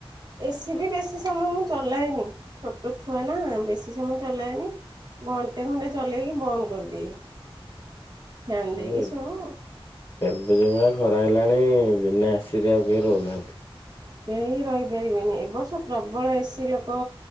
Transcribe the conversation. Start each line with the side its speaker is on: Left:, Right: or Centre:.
Right: ଏସି ବି ବେଶୀ ସମୟ ମୁଁ ଚଲାଏନି ଛୋଟ ଛୁଆ ନା ବେଶୀ ସମୟ ଚଲାଏନି। ଘଣ୍ଟେ ଘଣ୍ଟେ ଚଲେଇକି ବନ୍ଦ କରିଦିଏ। ଫ୍ୟାନ୍
Left: ଭାଇ
Right: ଦେଇକି
Left: ଏବେ
Right: ସବୁ
Left: ଏବେ ଯଉ ଭଳିଆ ଗର ହେଲାଣି ବିନା ଏସିରେ ଆଉ କେହି ରହୁନାହାନ୍ତି।
Right: କେହି ରହିପାରିବେନି, ଏ ବର୍ଷ ପ୍ରବଳ ଏସି ଲୋକ